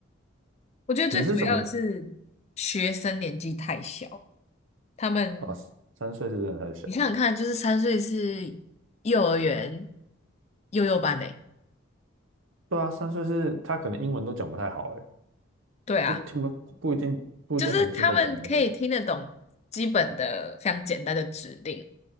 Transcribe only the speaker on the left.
我觉得最主要的是学生年纪太小，
他们
你想想看，就是三岁是幼儿园幼幼班诶，
对啊，
就是他们可以听得懂基本的非常简单的指令，